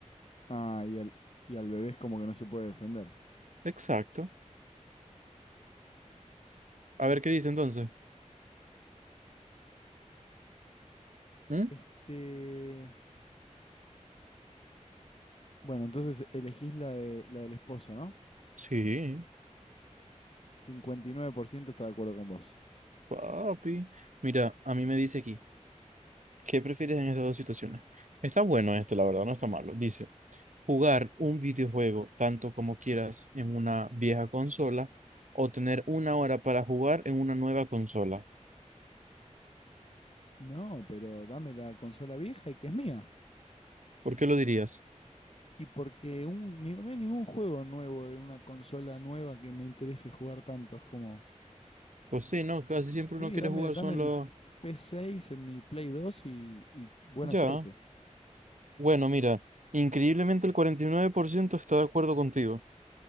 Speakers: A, on the left; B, on the right.
A: Ah, y al, y al bebé es como que no se puede defender.
B: Exacto. A ver qué dice entonces. ¿Mm?
A: Este... Bueno, entonces elegís la, de, la del esposo, ¿no?
B: Sí,
A: 59% está de acuerdo con vos.
B: papi. Mira, a mí me dice aquí, ¿qué prefieres en estas dos situaciones? Está bueno este, la verdad, no está malo. Dice. jugar un videojuego tanto como quieras en una vieja consola o tener una hora para jugar en una nueva consola.
A: No, pero dame la consola vieja y que es mía.
B: ¿Por qué lo dirías?
A: Y porque un- ni- no hay ningún juego nuevo de una consola nueva que me interese jugar tanto. Es como,
B: Pues sí, no, casi siempre
A: sí,
B: uno quiere
A: dame,
B: jugar
A: dame
B: son
A: mi,
B: los...
A: mi P6 en mi Play 2 y, y buena
B: Ya.
A: suerte.
B: Bueno, mira, increíblemente el 49% está de acuerdo contigo